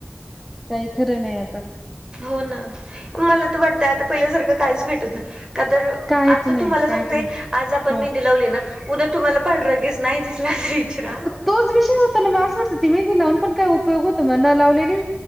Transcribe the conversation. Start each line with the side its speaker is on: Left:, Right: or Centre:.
Centre: काही खरं नाही आता
Right: हो ना मला तर वाटतय पहिल्यासारखं काहीच भेटत नाही का तर
Centre: काहीच
Right: आता
Centre: नाही
Right: तुमला
Centre: काहीच
Right: सांगते
Centre: नाही
Right: आज आपण
Centre: हो.
Right: मेंद लावले ना उद्या तुम्हाला पण रगेच नाही तर विचरा.
Centre: तोच विषय होता ना मग असं वाटतं ती मेहंदी लावून पण काय उपयोग होतो म लावलेली